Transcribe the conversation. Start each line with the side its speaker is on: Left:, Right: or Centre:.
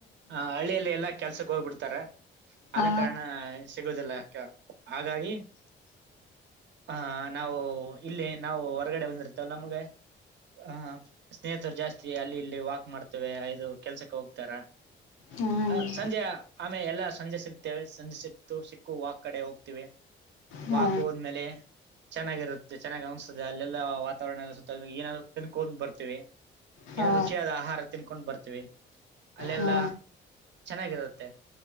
Right: ಹಾ ಹಳ್ಳಿಯಲ್ಲೆಲ್ಲ ಕೆಲ್ ಸಕ್ ಹೋಗ್ಬಿಡ್ತರೆ ಅದೇ
Left: ಹಾ
Right: ಕಾರಣ ಸಿಗುದಿಲ್ಲ. ಹಾಗಾಗಿ ಹ ನಾವು ಇಲ್ಲಿ ನಾವು ಹೊರಗಡೆ ಬಂದಿರ್ತವಲಾ ನಮ್ಗೆ ಹ ಸ್ನೇಹಿತರು ಜಾಸ್ತಿ ಅಲ್ಲಿ ಇಲ್ಲಿ ವಾಕ್ ಮಾಡ್ತೇವೆ ಇದು ಕೆಲ್ಸಕ್ಕೆ ಹೋಗ್ತಾರ.
Left: ಹ್ಮ್
Right: ಆ ಸಂಜೆ ಆಮೇಲ್ ಎಲ್ಲಾ ಸಂಜೆ ಸಿಗ್ತೇವೆ ಸಂಜೆ ಸಿಗ್ತು ಸಿಕ್ಕು ವಾಕ್ ಕಡೆ ಹೋಗ್ತೀವಿ
Left: ಹಾ
Right: ವಾಕ್
Left: ಹಾ
Right: ಹೋದ್ಮೇಲೆ ಚೆನ್ನಾಗಿರುತ್ತೆ ಚೆನ್ನಾಗ ಅನಿಸ್ತದೆ ಅಲ್ಲೆಲ್ಲ ವಾತಾವರಣಲ್ಲ ಸುತ್ತ ಏನಾದ ತಿನ್ಕೊಂಡ್ ಬರ್ತೀವಿ
Left: ಹಾ
Right: ಏನ ರುಚಿಯಾದ ಆಹಾರ ತಿನ್ಕೊಂಡ್ ಬರ್ತೀವಿ ಅಲ್ಲೆಲ್ಲಾ
Left: ಹಾ
Right: ಚೆನ್ನಾಗಿರುತ್ತೆ